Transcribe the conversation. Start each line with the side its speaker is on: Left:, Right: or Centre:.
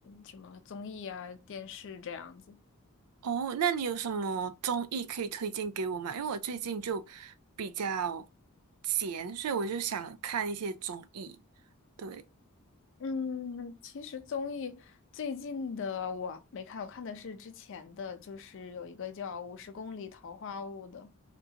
Left: 什么综艺啊、电视这样子。
Right: 哦，那你有什么综艺可以推荐给我吗？因为我最近就比较闲，所以我就想看一些综艺。对，
Left: 嗯，其实综艺最近的我没看，我看的是之前的，就是有一个叫《五十公里桃花坞》的。